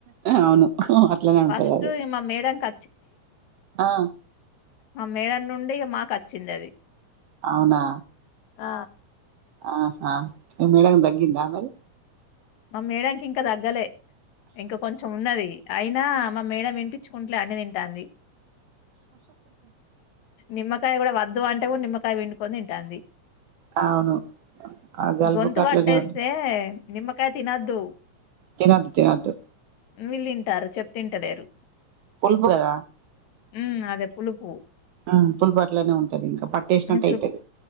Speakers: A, on the right (about 70°); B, on the left (about 70°).
A: అవును అట్లనే
B: ఫస్ట్
A: ఉంటది అది
B: ఇగ మా మేడంకి
A: ఆ
B: ఆ మేడమ్ నుండి ఇక మాకు వచ్చింది అది
A: అవునా
B: ఆ
A: ఆహా మీ మేడం కి తగ్గిందా ఆ మరి
B: మా మేడమ్ కి ఇంకా తగ్గలే ఇంకా కొంచెం ఉన్నది అయి నా మా మేడమ్ వినిపించుకుంటలే అన్ని తింటాంది నిమ్మకాయ కూడా వద్దు అంట అ నిమ్మకాయ పిండుకొని తింటండి
A: అవును ఆ జలుబుకు
B: గొతు
A: అట్లనే
B: బట్టేస్తే
A: ఉంటది
B: నిమ్మకాయ తినద్దు
A: తినద్దు తినద్దు
B: వీళ్ళింటారు చెప్తే వింటలేరు
A: పులుపు కదా
B: ఉ అదే పులుపు
A: ఉమ్, పులుపు అట్లనే ఉంటది ఇంకా పట్టేసినట్టు
B: చు
A: అయితది